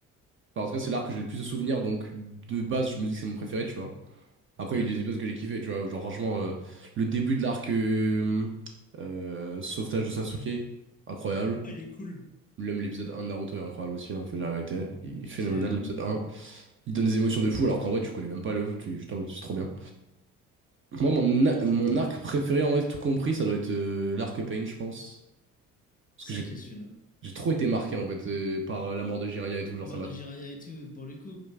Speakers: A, on the right; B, on the left.
A: Enfin, en tout cas, c'est l'arc que j'ai le plus de souvenirs, donc de base, je me dis que c'est mon préféré, tu vois. Après,
B: Ouais.
A: il y a eu des épisodes que j'ai kiffé, tu vois. Genre, franchement, euh, le début de l'arc euh, euh, Sauvetage de Sasuke, incroyable.
B: Elle est cool.
A: Même l'épisode un de Naruto est incroyable aussi, hein, faut dire la vérité. Il est phénoménal
B: Clairement.
A: l'épisode un Il donne des émotions de fou alors qu'en vrai tu connais même pas le tu es juste en mode c'est trop bien. <laughs> Moi mon,
B: Ouais,
A: a-
B: je
A: mon
B: te jure.
A: arc préféré en vrai tout compris ça doit être euh, l'arc Pain je pense. Parce
B: C'est
A: que j'ai
B: vrai qu'il y a celui-là.
A: j'ai trop été marqué en fait euh, par euh, la mort de Jiraiya et tout, genre
B: Mort
A: ça m'a...
B: de Jiraya et tout, pour le coup,